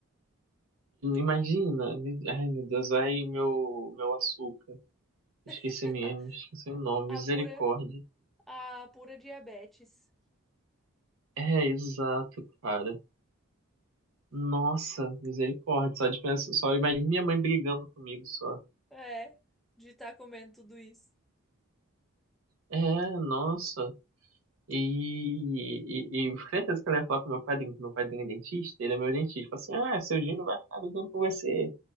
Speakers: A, on the right; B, in the centre.
A: Imagina. me- Ai, meu Deus. Ai, meu, meu açúcar. Esqueci,
B: <laughs>
A: me- esqueci o nome.
B: A
A: Misericórdia.
B: pura, a pura diabetes.
A: É, exato, cara. Nossa, misericórdia. Só, de pensar, só imagina minha mãe brigando comigo só.
B: É, de estar comendo tudo isso.
A: É, nossa. E, e, e eu fiquei certeza que ela ia falar pro meu padrinho, que meu padrinho é dentista, ele é meu dentista. Fala assim, ah, seu Gino vai ficar brigando com você.